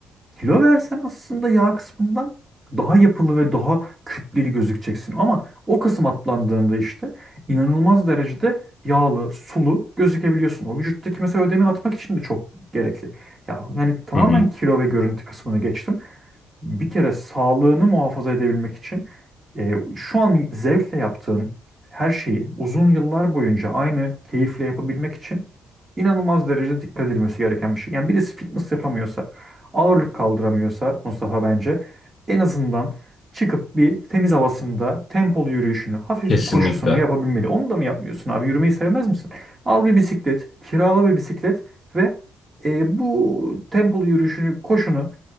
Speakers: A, on the right; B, on the left.
A: Kilo versen aslında yağ kısmından daha yapılı ve daha kütleli gözükeceksin. Ama o kısım atlandığında işte inanılmaz derecede yağlı, sulu gözükebiliyorsun. O vücuttaki mesela ödemi atmak için de çok gerekli. Ya yani tamamen
B: Hı hı.
A: kilo ve görüntü kısmını geçtim. Bir kere sağlığını muhafaza edebilmek için e, şu an zevkle yaptığın her şeyi uzun yıllar boyunca aynı keyifle yapabilmek için inanılmaz derecede dikkat edilmesi gereken bir şey. Yani birisi fitness yapamıyorsa ağırlık kaldıramıyorsa Mustafa bence en azından çıkıp bir temiz havasında tempolu yürüyüşünü, hafif
B: Kesinlikle.
A: bir koşusunu yapabilmeli. Onu da mı yapmıyorsun abi? Yürümeyi sevmez misin? Al bir bisiklet, kirala bir bisiklet ve e, bu tempolu yürüyüşünü, koşunu